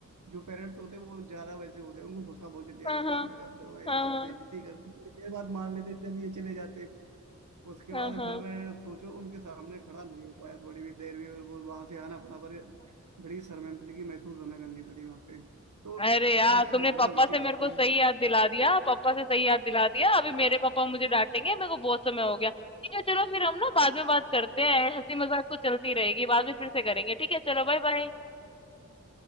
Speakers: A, on the right (about 80°); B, on the left (about 20°).
A: जो पेरेंट्स होते हैं वो ज्यादा वैसे होते हैं उनको गुस्सा बहुत जल्दी आ
B: हाँ
A: जाता
B: हाँ
A: है हमने कहा "लो यार
B: हाँ
A: बेइज्जती कर दी थोड़ी देर बाद मार लेते जब ये चले जाते उसके
B: हाँ
A: बाद
B: हाँ
A: फिर मैं सोचो उनके सामने खड़ा नहीं हो पाया थोड़ी भी देर भी और वो वहां से आना पड़ा पर
B: हाँ।
A: बड़ी शर्मिंदगी महसूस हमें करनी पड़ी वहां पे तो
B: अरे यार
A: ऐसी
B: तुमने
A: घटनाएं
B: पापा
A: होती
B: से
A: रहती
B: मेरे को सही
A: हैं खैर
B: याद दिला दिया पापा से सही याद दिला दिया अभी मेरे पापा मुझे डांटेंगे मेरे को बहुत समय हो गया ठीक है चलो फिर हम ना बाद में बात करते हैं हंसी मजाक तो चलती रहेगी बाद में फिर से करेंगे ठीक है चलो बाय बाय